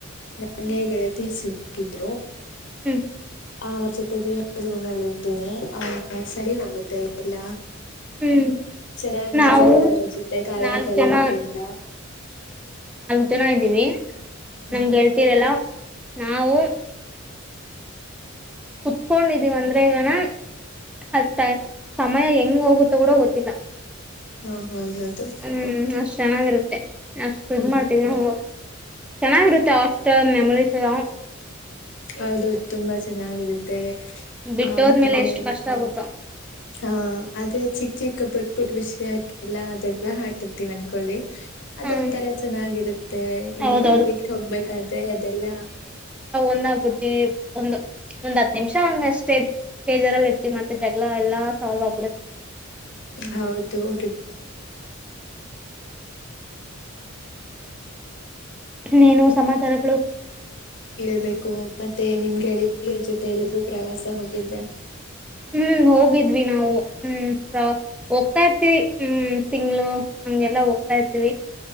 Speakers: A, on the left; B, in the centre.
A: ನಂಗೆ
B: ಹ್ಮ್
A: ಗೆಳತಿಸಿ ಕಿದ್ರು
B: ಹ್ಮ್
A: ಅವ್ರ ಜೊತೆಗೆ ರೂಮ್ ಅಲ್ಲಿ ಇರ್ತೀನಿ ಆ ಸರಿ ಹೋಗುತ್ತೆ ಎಲ್ಲ
B: ಹ್ಮ್
A: ಚೆನ್ನಾಗ್
B: ನಾವು
A: ಅನ್ಸುತ್ತೆ ಅವ್ರ್ ಜೊತೆ ಕಾಲ
B: ನಾಲ್ಕ್
A: ಕಳಿಯೋದ್ರಿಂದ
B: ಜನ ಚನ್ನಗ್ ಇದ್ದೀವಿ
A: ಹ್ಮ್
B: ನಮ್ ಗೆಳತೀರ್ಯಲ್ಲ ನಾವು ಕುತ್ಕೊಂಡಿದೀವಿ ಅಂದ್ರೆಗಣ ಅತ್ತ ಸಮಯ ಹೆಂಗ ಹೋಗುತ್ತ ಕೂಡ ಗೊತ್ತಿಲ್ಲ
A: ಹಾ ಹಾ ಹೌದೌದು
B: ಹ್ಮ್ ಅಷ್ಟ್ ಚೆನ್ನಾಗಿರುತ್ತೆ ಅಷ್ಟು
A: ಹ್ಮ್
B: ಮಾಡ್ತೀವಿ ನಾವು ಚೆನ್ನಾಗಿರುತ್ತೆ ಹಾಸ್ಟೆಲ್ ಮೆಮೊರಿಸ್ಯಲ್ಲ
A: ಹೌದು ತುಂಬಾ ಚೆನ್ನಾಗಿರುತ್ತೆ
B: ಬಿಟ್ಟೋದ್ಮೇಲೆ
A: ಆಮೇಲೆ
B: ಎಷ್ಟು ಕಷ್ಟ ಆಗುತ್ತೋ
A: ಹಾ ಆದೇ ಚಿಕ್- ಚಿಕ್, ಪುಟ್ -ಪುಟ್ ವಿಷಯ ಆಯತಿಲ್ಲ ಅದ್ದ ಹಾರ್ತಿವಿ ಅನ್ಕೊಳ್ಳಿ ಅದು
B: ಹ್ಮ್
A: ಒಂಥರ ಚೆನ್ನಾಗಿರುತ್ತೆ ಇಲ್ಲಿಂದ
B: ಹೌದೌದು
A: ಬಿಟ್ಟು ಹೋಗ್ಬೇಕಾದ್ರೆ ಅದೆಲ್ಲಾ
B: ಒಂದಾಗಬಿಡ್ತಿವಿ ಒಂದು ಒಂದ್ ಹತ್ತು ನಿಮಿಷ ಹಂಗ ಅಷ್ಟೇ ಬೇಜಾರಲ್ಲಿ ಇರ್ತಿವಿ ಮತ್ತೆ ಜಗಳಾ ಎಲ್ಲಾ ಸಾಲ್ವೆ ಆಗ್ಬಿಡುತ್ತೆ
A: ಹೌದು ರಿ
B: ಇನ್ ಏನು ಸಮಾಚಾರಗಳು
A: ಹೇಳ್ಬೇಕು ಮತ್ತೆ ನಿಮ್ ಗೆಳತಿರ್ ಜೊತೆ ಎಲ್ಲದ್ರು ಪ್ರವಾಸ ಹೋಗಿದ್ರ
B: ಹ್ಮ್ ಹೋಗಿದ್ವಿ ನಾವು ಹ್ಮ್ ಹೋಗ್ತಾ ಇರ್ತಿವಿ ಹ್ಮ್ ತಿಂಗಳು ನಮ್ಗೆಲ್ಲಾ ಹೋಗ್ತಾ ಇರ್ತಿವಿ